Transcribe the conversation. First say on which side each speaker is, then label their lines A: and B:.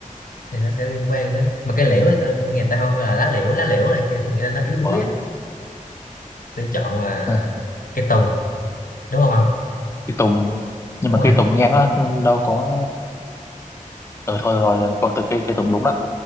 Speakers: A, on the left (about 85°); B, on the left (about 20°).
A: thì nó sẽ liên quan tới mà cây liễu thì tôi nghe ta hô là lá liễu lá liễu này kia tôi nghĩ là nó yếu đuối
B: ủa
A: á tôi chọn là
B: ừ.
A: cây tùng đúng không ạ
B: cây tùng nhưng
A: đúng
B: mà
A: rồi
B: cây tùng nghe nó đâu có ừ thôi rồi cậu từ cây cây tùng đúng đó